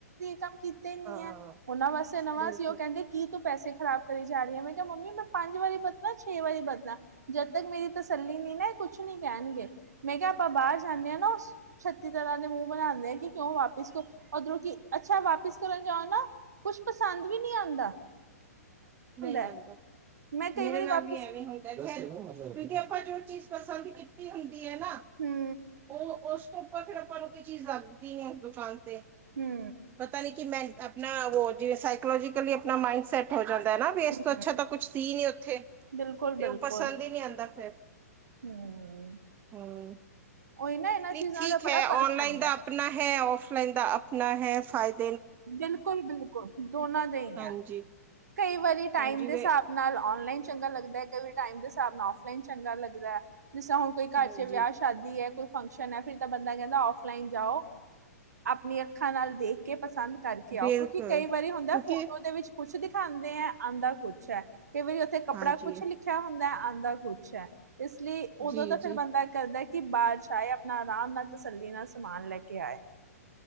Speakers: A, on the right; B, on the right.
A: ਕੰਮ ਕੀਤੇ
B: ਹਾਂ
A: ਹੀ ਨੀ ਹੈ ਉਹਨਾਂ ਵਾਸਤੇ ਨਵਾਂ
B: ਬਿਲਕੁਲ
A: ਸੀ ਉ ਨਾ ਕੀ ਤੂੰ ਪੈਸੇ ਖਰਾਬ ਕਰੀ ਜਾ ਰਹੀ ਹੈ ਮੈਂ ਕਿਹਾ ਮੰਮੀ ਮੈਂ ਪੰਜ ਵਾਰੀ ਬਦਲਾ ਛੇ ਵਾਰੀ ਬਦਲਾ ਜਦ ਤੱਕ ਮੇਰੀ ਤਸੱਲੀ ਨੀ ਨਾ ਇਹ ਕੁਛ ਨੀ ਕਹਿਣਗੇ ਮੈਂ ਕਿਹਾ ਆਪਾਂ ਬਾਹਰ ਜਾਂਨੇਂ ਹਾਂ ਨਾ ਛੱਤੀ ਤਰ੍ਹਾਂ ਦੇ ਮੂੰਹ ਬਣਾਉਂਦੇ ਆ ਕਿ ਕਿਉਂ ਵਾਪਿਸ ਕਰ ਉਓਧਰੋਂ ਕਿ ਅੱਛਾ ਵਾਪਿਸ ਕਰਨ ਜਾਓ ਨਾ ਕੁਛ ਪਸੰਦ ਵੀ ਨੀ ਆ ਹੁੰਦਾ
B: ਨਹੀਂ
A: ਹੈ।
B: ਆਂਦਾ
A: ਮੈਂ ਕਈ
B: ਮੇਰੇ
A: ਵਾਰੀ
B: ਨਾਲ
A: ਵਾਪਿਸ
B: ਵੀ ਐਵੇਂ ਹੁੰਦਾ ਕਿਉਂਕਿ ਆਪਾਂ ਜੋ ਚੀਜ਼ ਪਸੰਦ ਕੀਤੀ ਹੋਈ ਹੈ ਨਾ
A: ਹੂੰ
B: ਉਹ ਉਸ ਪਾਂ ਫੇਰ ਆਪਾਂ ਨੂੰ ਕੋਈ ਚੀਜ਼ ਲੱਗਦੀ ਆ ਦੁਕਾਨ ਤੇ
A: ਹੂੰ
B: ਪਤਾ ਨੀ ਕਿ ਮੈਂ ਆਪਣਾ ਜਿਵੇਂ ਸਾਈਕੋਲੋਜਕਲੀ ਆਪਣਾ ਮਾਈਡ ਸੈਟ ਹੋ ਜਾਂਦਾ ਨਾ ਵੀ ਇਸ
A: ਹੂੰ,
B: ਤੋਂ ਅੱਛਾ ਤਾਂ ਕੁਛ ਸੀ ਨੀ ਉੱਥੇ
A: ਬਿਲਕੁਲ
B: ਤੇ
A: ਬਿਲਕੁਲ
B: ਉਹ ਪਸੰਦ ਹੀ ਨਹੀਂੀ ਆਉਂਦਾ ਫਿਰ
A: ਹੂੰ
B: ਹਮ
A: ਉਹੀ ਨਾ ਇਹਨਾਂ
B: ਨਹੀਂ
A: ਚੀਜ਼ਾਂ
B: ਠੀਕ
A: ਦਾ
B: ਹੈ
A: ਬੜਾ
B: ਔਨਲਾਈਨ
A: ਫਰਕ ਪੈਂਦਾ
B: ਦਾ
A: ਹੈ।
B: ਆਪਣਾ ਹੈ ਫਲਾਈਨ ਦਾ ਆਪਣਾ ਹੈ ਫਾਇਦਾ
A: ਬਿਲਕੁਲ ਬਿਲਕੁਲ ਦੋਨਾਂ ਦੇ ਹੀ
B: ਹਾਂਜੀ
A: ਹੈ ਕਈ ਵਾਰੀ ਟਾਈਮ
B: ਹਾਂਜੀ
A: ਦੇ
B: ਵੇ
A: ਹਿਸਾਬ ਨਾਲ ਨਲਾਈਨ ਚੰਗਾ ਲੱਗਦਾ ਕ ਟਾਈਮ ਦੇ ਹਿਸਾਬ ਨਾਲ ਫਲਾਈਨ ਚੰਗਾ ਲੱਗਦਾ ਹੈ ਜਿਸ ਤਾਂ ਹੁਣ ਕੋਈ ਘਰ
B: ਹਾਂਜੀ
A: ਚ ਵਿਆਹ ਸ਼ਾਦੀ ਹੈ ਕੋ ਫੰਕਸ਼ਨ ਹੈ ਫਿਰ ਤਾਂ ਬੰਦਾ ਕਹਿੰਦਾ ਫਲਾਈਨ ਜਾਓ ਆਪਣੀ ਅੱਖਾਂ ਨਾਲ ਦੇਖ ਕੇ ਪਸੰਦ ਕਰਕੇ ਆਓ
B: ਬਿਲਕੁਲ
A: ਕਿਉਂਕਿ ਕਈ ਵਾਰੀ ਹੁੰਦਾ
B: ਕਿਉਂਕਿ
A: ਫੋਟੋ ਦੇ ਵਿੱਚ ਖੁਸ਼ ਦੀ ਆਉਂਦੇ ਹੈ ਆਉਂਦਾ ਕੁਛ ਹੈ ਕਈ ਵਾਰੀ ਉੱਥੇ ਕੱੜਾ
B: ਹਾਂਜੀ
A: ਕੁਛ ਲਿਖਿਆ ਹੁੰਦਾ ਆਉਂਦਾ ਕੁਛ ਹੈ ਇਸ ਲਈ ਉਦੋਂ
B: ਜੀ
A: ਤਾਂ
B: ਜੀ
A: ਫੇਿਰ ਬੰਦਾ ਕਰਦਾ ਬਾਅਦਸ਼ਾਏ ਆਪ ਨਾ ਰਾਾਮਨਾਥ ਸੱਲਨਾ ਸਮਾਨ ਲੈ ਕੇ ਆਏ